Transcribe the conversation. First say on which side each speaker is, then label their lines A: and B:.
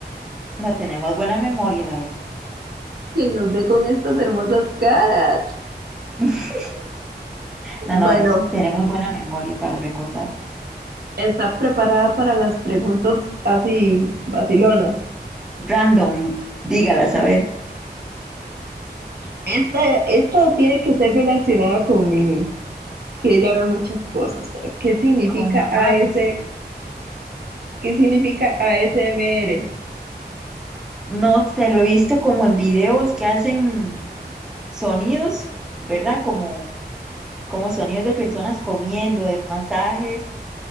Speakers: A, in the centre; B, on the right.
A: No tenemos buena memoria, la verdad.
B: ¿Quién nos ve con estas hermosas caras?
A: <laughs> No,
B: Bueno,
A: no, es, tenemos buena memoria para recordar.
B: Está preparada para las preguntas así vacilonas.
A: Random, dígala, a ver.
B: Esta, esta tiene que ser relacionada con Mimi, que ella ve muchas cosas. Pero, ¿Qué significa
A: Con la Madison.
B: a AS, qué significa a ASMR?
A: No sé, lo he visto como en videos que hacen sonidos, ¿verdad? Como, como sonidos de personas comiendo, de masajes,